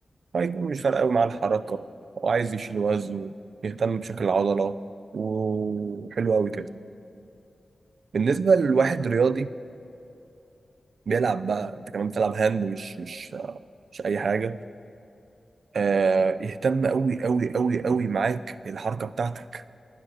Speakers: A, on the right; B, on the left.
A: هيكون مش فارقة قوي معاه الحركة
B: مم.
A: هو عايز يشيل وزن يهتم بشكل العضلة وحلو أوي كده
B: مم.
A: بالنسبة لواحد
B: تمام
A: رياضي بيلعب بقى انت كمان بتلعب هاند مش مش مش اي حاجه آه
B: اوكي
A: يهتم قوي قوي قوي قوي معاك الحركه بتاعتك